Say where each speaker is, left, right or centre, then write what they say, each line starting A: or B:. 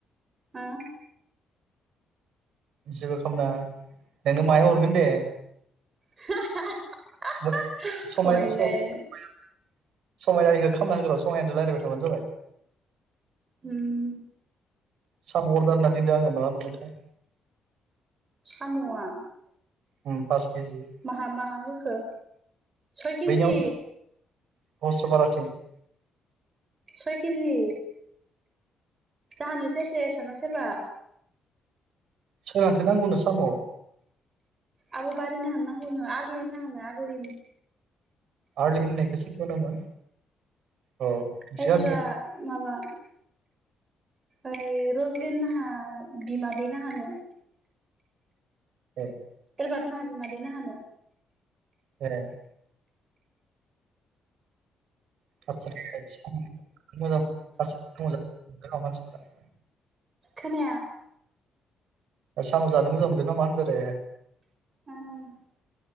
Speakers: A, on the right; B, on the right.
A: ओ
B: जेबो खालामनांङा दे नों माहायाव हरगोन दे।
A: <unintelligible>
B: <unintelligible>
A: हयनायनो
B: समायना खालामना होग्रा समायानो रायलायबाय थाबानो जाबाय।
A: उम
B: साम' अरदार होनना दोनदों आंङो माला मोनगोनथाय
A: साम' आ
B: उम पास केजि
A: माहा माहा होखो सय केजि
B: बैनियाव <inaudible>
A: सय केजि जोनो सेरसे ना सोरैबा
B: सोरनोथो नांगौनो साम
A: आब' बारिनो हाननांगौ नोंङो आरलि ना हानो आरलि
B: आरलि होननायखौसो सेखो नामा अ नोंसोर
A: खायस्रा
B: गामिनिया
A: माबा ओय रजलिन लाहा बिमादै लाहानो।
B: ओ
A: एबार्ट ना बिमादै लाहानो
B: हे <unintelligible>
A: खोनाया
B: साम' जानो मोजां मोनददों नामा होन्दोंदे
A: उम